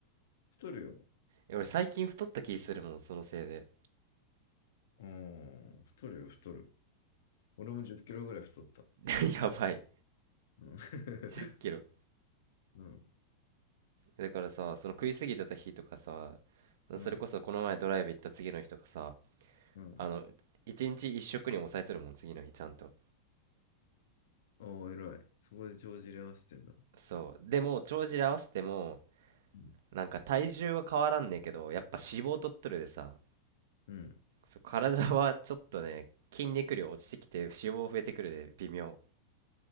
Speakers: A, on the left (about 70°); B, on the right (about 65°).
A: 太るよ。
B: え俺最近太った気するもん、そのせいで。
A: うん。太るよ、太る。俺も10キロぐらい太った。
B: <laughs> やばい。
A: うん。<laughs>
B: 10キロ。
A: うん。
B: だからさ、その食いすぎてた日とかさ、
A: うん。
B: それこそこの前ドライブ行った次の日とかさ、
A: うん。
B: あの、1日1食に抑えとるもん、次の日ちゃんと。
A: ああ、偉い。そこで帳尻合わせてんだ。
B: そう。でも、帳尻合わせても、
A: うん
B: なんか体重は変わらんねんけど、やっぱ脂肪取っとるでさ、
A: うん。
B: そう体はちょっとね、筋肉量落ちてきて脂肪増えてくるで微妙。